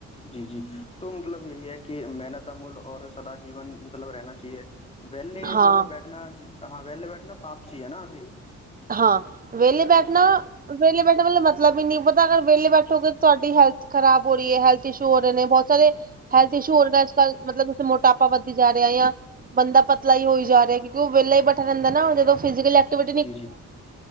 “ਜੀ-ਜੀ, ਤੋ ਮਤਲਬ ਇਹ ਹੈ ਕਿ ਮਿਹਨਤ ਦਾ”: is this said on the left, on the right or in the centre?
Left